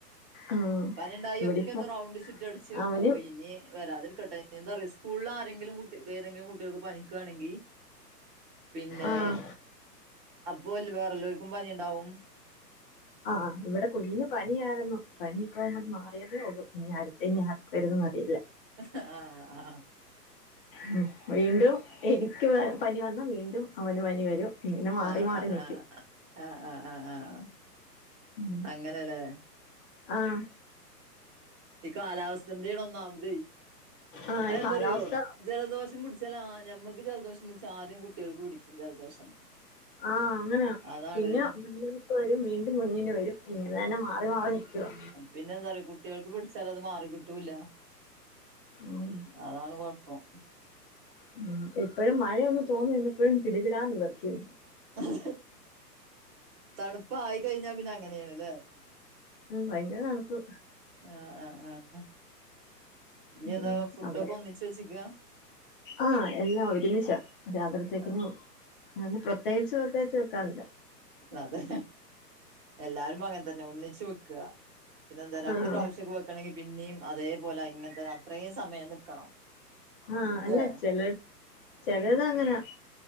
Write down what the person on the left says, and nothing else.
ആഹ്
ഇവിടിപ്പ
അവന്
ആഹ്
ആഹ് ഇവിടെ കുഞ്ഞിന് പനിയായിരുന്നു പനി ഇപ്പ അങ്ങട് മാറിയതേ ഉള്ളൂ ഇനി അടുത്ത ഞാൻ വരുന്നെന്ന് അറിയില്ല.
ഉം വീണ്ടും എനിക്ക് പ പനി വന്നാ വീണ്ടും അവന് പനി വരും. പിന്നെ
മാറി മാറി
നിക്കും.
ഉം
ആഹ്
ആഹ്
ഈ കാലാവസ്ഥ
ആഹ് അങ്ങനെയാ
പിന്നെ <unintelligible> വരും വീണ്ടും കുഞ്ഞിന് വരും ഇങ്ങനെ തന്നെ മാറി മാറി നിക്കുവാ
ഉം
ഉം ഇപ്പഴും മഴയൊന്ന് തോർന്നുംന്നിപ്പോഴും കിടുകിടാന്ന് വെർക്ക്ന്നു
ഉം ഭയങ്കര തണുപ്പ്
ഉം
അവിടെ
ആഹ് എല്ലാം ഒരുമിച്ച രാ ത്രിത്തേക്കിനും
അത് പ്രത്യേകിച്ച് പ്രത്യേകിച്ച് വെക്കാറില്ല
ആഹ്
ആഹ്
അല്ലച്ച ചെലതങ്ങനെ